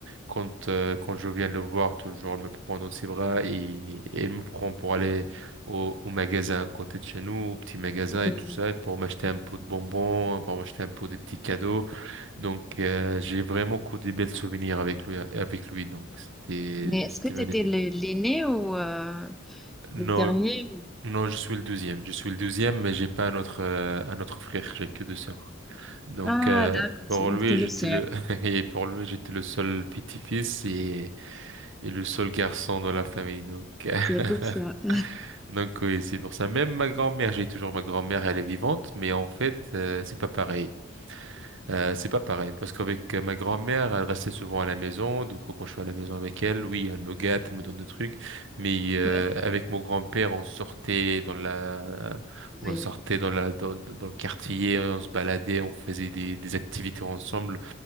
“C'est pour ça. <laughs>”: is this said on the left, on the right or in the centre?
Centre